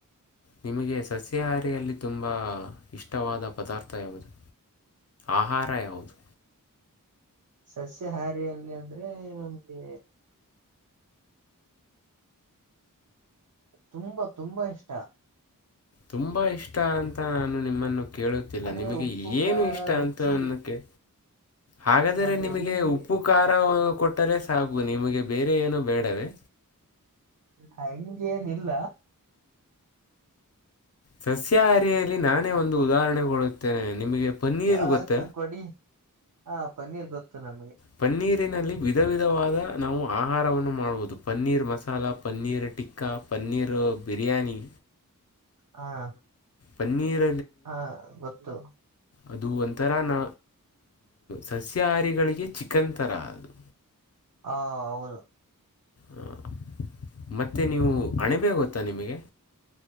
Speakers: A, on the left (about 45°); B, on the right (about 65°).
A: ನಿಮಗೆ ಸಸ್ಯಾಹಾರಿಯಲ್ಲಿ ತುಂಬ ಇಷ್ಟವಾದ ಪದಾರ್ಥ ಯಾವುದು ಆಹಾರ ಯಾವುದು
B: ಸಸ್ಯಹಾರಿಯಲ್ಲಿ ಅಂದ್ರೆ ನಮ್ಗೆ ತುಂಬಾ ತುಂಬಾ ಇಷ್ಟ
A: ತುಂಬಾ ಇಷ್ಟ ಅಂತ ನಾನು ನಿಮ್ಮನ್ನು ಕೇಳುತ್ತಿಲ್ಲ
B: ಆದ್ರೆ
A: ನಿಮಗೆ
B: ಉಪ್ಪು ಖಾರ
A: ಏನು ಇಷ್ಟ
B: ರುಚಿ
A: ಅಂತ ನನ್ನ ಹಾಗಾದ್ರೆ
B: ನಾನು
A: ನಿಮಗೆ
B: ಎಲ್ಲೆಲ್ಲಿ
A: ಉಪ್ಪು ಖಾರ ಕೊಟ್ಟರೆ ಸಾಕು ನಿಮಗೆ ಬೇರೆ ಏನು ಬೇಡವೇ
B: <inaudible> ಹಂಗೇನಿಲ್ಲ
A: ಸಸ್ಯಾಹಾರಿಯಲ್ಲಿ ನಾನೇ ಒಂದು ಉದಾಹರಣೆ ಕೊಡುತ್ತೇನೆ ನಿಮಗೆ ಪನ್ನೀರು
B: ಆಯ್ತು
A: ಗೊತ್ತ
B: ಕೊಡಿ ಹಾ ಪನ್ನೀರ್ ಗೊತ್ತು ನಮ್ಗೆ
A: ಪನ್ನೀರಿನಲ್ಲಿ ವಿಧ ವಿಧವಾದ ನಾವು ಆಹಾರವನ್ನು ಮಾಡಬಹುದು ಪನ್ನೀರ್ ಮಸಾಲಾ ಪನ್ನೀರ್ ಟಕ್ಕಾ ಪನ್ನೀರು ಬಿರಿಯಾನಿ
B: ಹಾ
A: ಪನ್ನೀರ
B: ಹಾ ಗೊತ್ತು
A: ಅದು ಒಂಂತರ ನ ಸಸ್ಯಹಾರಿಗಳಿಗೆ ಚ ಚಿಕ್ಕಂತರದು
B: ಹ ಹೌದು
A: ಹ ಮತ್ತೆ ನೀವು ಅಣೆಬೇ ಗೊತ್ತಾ ನಿಮಗೆ